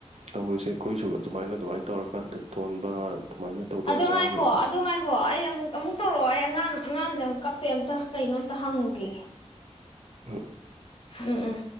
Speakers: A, on the right; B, on the left.
A: ꯇꯧꯔꯤꯁꯦ ꯑꯩꯈꯣꯏꯁꯨ ꯑꯗꯨꯃꯥꯏꯅ ꯑꯗꯨꯃꯥꯏꯅ ꯇꯧꯔꯀꯥꯟꯗ ꯊꯣꯟꯕ ꯑꯗꯨꯃꯥꯏꯅ ꯇꯧꯕ
B: ꯑꯗꯨ
A: ꯌꯥꯝ
B: ꯉꯥꯏꯈꯣ
A: ꯌꯥꯎꯋꯤ ꯑꯗꯣ
B: ꯑꯗꯨ ꯉꯥꯏꯈꯣ ꯑꯣ ꯑꯩ ꯑꯃꯨꯛ ꯑꯃꯨꯛ ꯇꯧꯔꯛꯑꯣ ꯑꯩ ꯑꯉꯥꯡ ꯑꯉꯥꯡꯁꯦ ꯑꯃꯨꯛ ꯀꯞꯄꯦ ꯑꯃꯝꯇ ꯀꯩꯅꯣ ꯑꯝꯇ ꯍꯪꯉꯨꯒꯤꯒꯦ
A: ꯎꯝ
B: ꯎꯝ ꯎꯝ